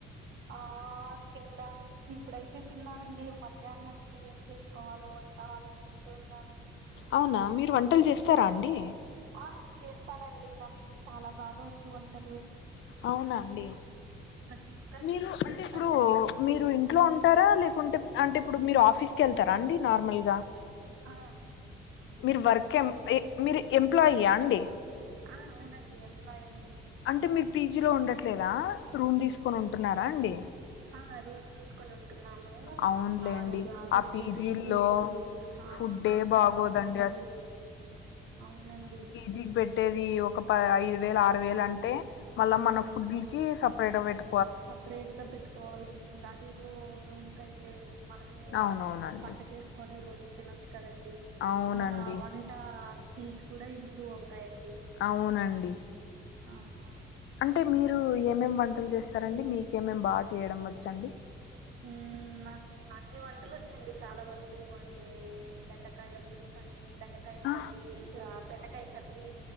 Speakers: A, on the right (about 75°); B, on the left (about 70°).
A: ఆ ఆ తిన్నాను ఇప్పుడైతే తిన్నానండి మధ్యాహ్నం కి ఏం చేసుకోవాలో వంట ఆలోచి చిస్తున్నాను
B: అవునా మీరు వంటలు చేస్తారా అండి
A: ఆ చేస్తానండి నాకు చాలా బాగా వచ్చు వంటలు
B: అవునండి
A: ప్రతి ఒక్క రెసిపీ
B: మీరు అంటే
A: చేస్తానండి
B: ఇప్పుడు మీరు ఇంట్లో ఉంటారా లే కుంటే అంటే ఇప్పుడు మీరు ఆఫీస్కి వెళ్తారా అండి నార్మల్గా
A: ఆ
B: మీరు వర్క్ ఎం మీరు ఎంప్లాయయా అండి
A: ఆ అవునండి ఎంప్లాయండి
B: అంటే మీరు పీజీలో ఉండట్లేదా రూమ్ తీసుకొని ఉంటున్నారండి
A: ఆ రూమ్ తీసుకోనున్ ఉన్నాము
B: అవునులేండి
A: వారు రా ఆఫీస్
B: ఆ పీజీల్లో
A: కి వెళితే ఇపుడు ఆ
B: ఫుడ్డే
A: కష్టంగా
B: బాగోదండి
A: ఉంటుందండి అవునండి
B: జీబ్పెట్టేది ఒక ప ఐదు వేలు ఆరు వేలు అంటే మళ్ళ మన ఫుడ్ల కి సపరేట్ పెట్టు
A: సపరేట్ గా పెట్టుకోవాల్సి ఆస్తుంది అది ఏదో రూమ్ కై తే మనమే
B: అవునవునండి
A: వంట చేసుకొని రోజుకి తినొచ్చు కదండి
B: అవునండి
A: మన వంట టా స్కిల్స్ కూడా ఇంప్రూవ్ అవుతాయండి
B: అవునండి
A: ఆ ఆ ఆ
B: అంటే మీరు ఏమేమి వంటలు చేస్తారండి మీకేమేయేం బాగా చేయడం వచ్చ అండి
A: ఉ నాకు అన్ని వంటలు వచ్చండి చాలా వరకు అంటే బేండకాయ పులుసు అని బేండకాయ్
B: ఆ
A: కర్రీ ఆ బేండకాయ్ కర్రీ